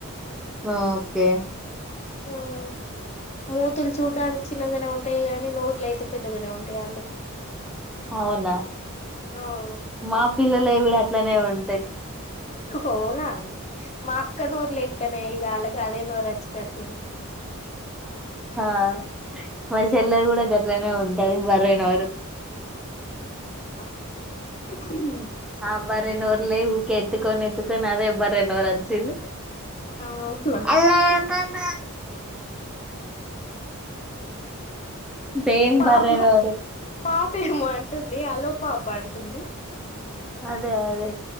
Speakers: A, in the centre; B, on the left.
A: ఆ ఓకే
B: ఉమ్ మూతులు చూడ్డానికి చిన్నగానే ఉంటాయి గాని నో లయితే పెద్దగానే ఉంటాయి అల్లై
A: అవునా
B: అవును
A: మా పిల్లలై కూడా అట్లనే ఉం
B: అవునా మా అక్క నోరు లెక్కనే ఇగ అళ్లాకి అదే నోరు అచ్చినట్
A: హా మరి చెల్లెది కూడా గట్లనే ఉంటది బర్రె నోరు
B: ఉ ఉ
A: ఆ బర్రె నోర్లే ఊకె ఎత్తుకొని ఎత్తుకొని అదే బర్రె నోరు వచ్చింది
B: అవునా
A: హలో పాప సేమ్
B: పాప
A: బర్రె నోరు
B: పాపేమో అంటుంది హలో పాప అంటుంది
A: అదే అదే